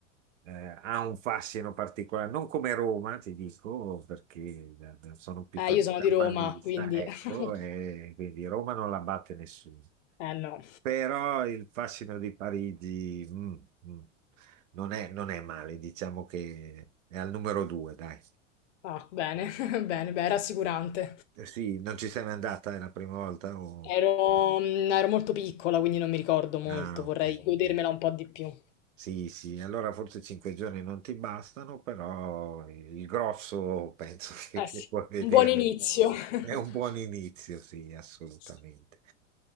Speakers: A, on the right (about 85°); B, on the left (about 70°).
A: eh, ha un fascino particolare, non come Roma, ti dico, perché da- da- sono piuttosto
B: Eh, io sono
A: campanilista,
B: di Roma, quindi...
A: ecco,
B: <laughs>
A: e quindi Roma non la batte nessuno.
B: Eh no.
A: Però il fascino di Parigi mm, mm, non è, non è male, diciamo che è al numero due, dai.
B: Ah, bene, <laughs> bene, beh, rassicurante.
A: Eh Sì, non ci sei mai andata, è la prima volta? o-
B: Ero, mm, ero molto piccola, quindi non mi ricordo molto,
A: Ah,
B: vorrei
A: ok.
B: godermela
A: ok.
B: un po' di più.
A: Sì, sì, allora forse cinque giorni non ti bastano, però il grosso penso <laughs> che,
B: Eh
A: che
B: sì,
A: puoi vederlo.
B: un buon inizio. <laughs>
A: È un buon inizio, sì, assolutamente.
B: Sì,